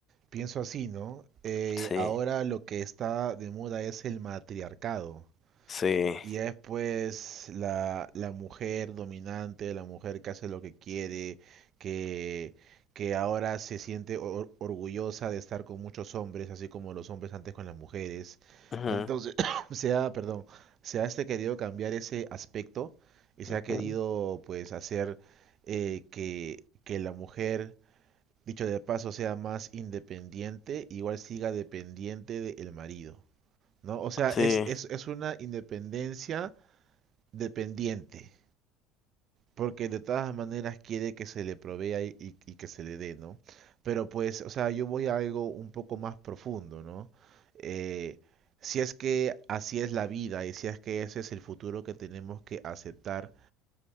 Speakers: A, on the right; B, on the left.
A: pienso así, ¿no? Eh,
B: Sí,
A: ahora lo que está de moda es el matriarcado.
B: sí.
A: Y ya después la, la mujer dominante, la mujer que hace lo que quiere, que, que ahora se siente or- orgullosa de estar con muchos hombres, así como los hombres antes con las mujeres.
B: ujú,
A: Entonces, <coughs> <clears throat> se ha, perdón, se ha este querido cambiar ese aspecto y se
B: ujú,
A: ha querido pues hacer eh, que, que la mujer, dicho de paso, sea más independiente, igual siga dependiente del marido, ¿no? O sea,
B: Sí,
A: es, es, es una independencia dependiente, porque de todas maneras quiere que se le provea y, y- y que se le dé, ¿no? Pero pues, o sea, yo voy a algo un poco más profundo, ¿no? Eh, si es que así es la vida y si es que ese es el futuro que tenemos que aceptar,